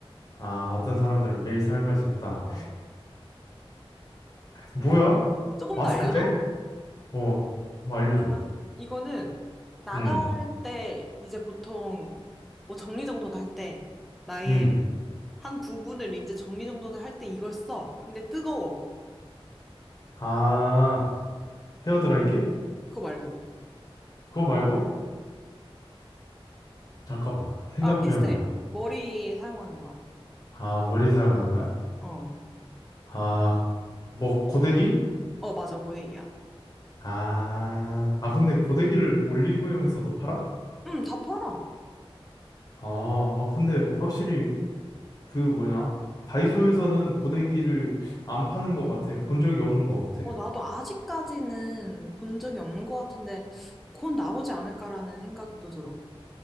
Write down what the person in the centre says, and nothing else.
어.
조금
더 알려줘?
아, 이거는 나갈
때 이제 보통 뭐 정리정돈을 할 때, 나의
한 부분을 이제 정리정돈을 할 때 이걸 써. 근데 뜨거워.
그거 말고.
아, 비슷해.
머리에 사용하는 거야.
어.
어, 맞아. 고데기야.
응, 다 팔아.
어, 나도 아직까지는 본 적이 없는 것 같은데, 곧 나오지 않을까라는 생각도 들어.